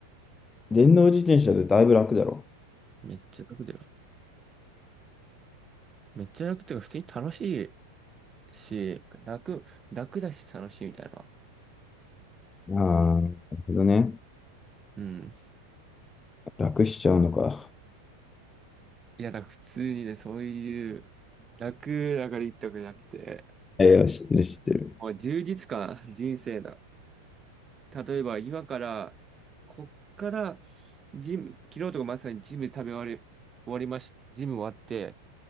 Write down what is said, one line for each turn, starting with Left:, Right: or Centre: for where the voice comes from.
Left: 電動自転車でだいぶ楽だろ。
Right: めっちゃ楽だよ。めっちゃ楽っていうか、普通に楽しいし、楽、楽だし楽しいみたいなのは。
Left: ああ、なるほどね。
Right: うん。
Left: 楽しちゃうのか。
Right: いや、だから普通にね、そういう楽だから言ったわけじゃなくて、
Left: いや、知ってる知ってる。
Right: もう充実感、人生だ。例えば今から、こっから、ジム、昨日とかまさにジム食べ終わり、終わりまし、ジム終わって、